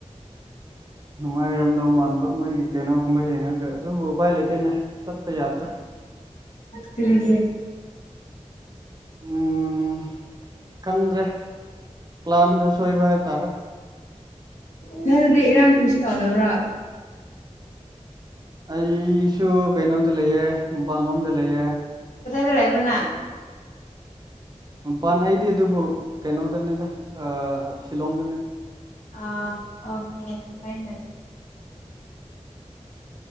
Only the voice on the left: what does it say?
ꯇ꯭ꯔꯤꯒꯤ
ꯑꯗꯨ ꯑꯗꯨꯗꯤ ꯏꯔꯥꯡ ꯀ꯭ꯔꯤꯁꯨ ꯇꯧꯗꯕꯔꯥ
ꯀꯗꯥꯏꯗ ꯂꯩꯕ꯭ꯔꯅꯪ
ꯑ ꯑꯣ ꯐꯩꯅ